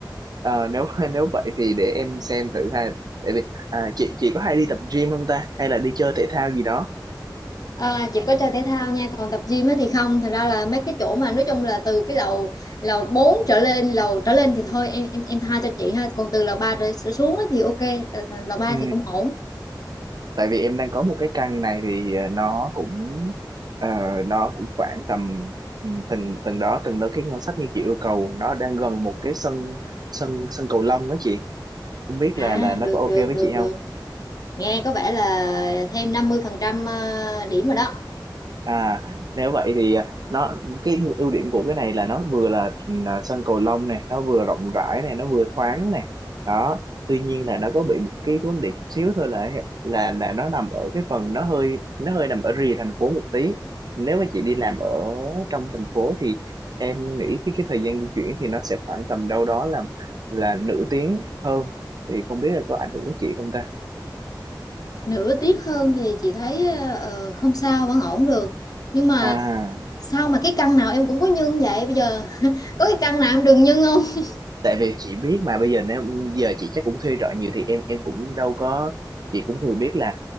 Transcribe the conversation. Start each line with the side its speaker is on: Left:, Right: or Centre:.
Right: Ờ, nếu nếu vậy thì để em xem thử ha tại vì à, chị chị có hay đi tập gym không ta hay là đi chơi thể thao gì đó
Left: À, chỉ có chơi thể thao nha còn tập gym á thì không thật ra là mấy cái chỗ mà nói chung là từ cái lầu lầu 4 trở lên lầu trở lên thì thôi em em em tha cho chị ha còn từ lầu ba trở trở xuống á thì ok Ờ, th- lầu ba
Right: ừ
Left: thì cũng ổn
Right: tại vì em đang có một cái căn này thì ờ, nó cũng ờ, nó cũng khoảng tầm ừ, từng từng đó từng đó cái ngân sách như chị yêu cầu nó đang gần một cái sân sân sân cầu lông đó chị không biết
Left: à
Right: là là nó
Left: được
Right: có ok
Left: được
Right: với
Left: được
Right: chị
Left: được
Right: không
Left: nghe có vẻ là thêm năm mươi phần trăm ờ, điểm rồi đó
Right: À, nếu vậy thì à, nó cái ưu điểm của cái này là nó vừa là, là sân cầu lông này, nó vừa rộng rãi này, nó vừa thoáng này. Đó, tuy nhiên là nó có bị một cái vấn đề chút xíu thôi là là là nó nằm ở cái phần nó hơi nó hơi nằm ở rìa thành phố một tí. Nếu mà chị đi làm ở trong thành phố thì em nghĩ cái cái thời gian di chuyển thì nó sẽ khoảng tầm đâu đó là là nửa tiếng hơn. Thì không biết là có ảnh hưởng đến chị không ta?
Left: nửa tiết hơn thì chị thấy ờ, ờ, không sao vẫn ổn được nhưng mà
Right: À.
Left: sao mà cái căn nào em cũng có nhân vậy bây giờ <laughs> có cái căn nào em đừng nhân không
Right: tại vì chị biết mà bây giờ nếu giờ chị chắc cũng thuê trọ nhiều thì em em cũng đâu có chị cũng thừa biết là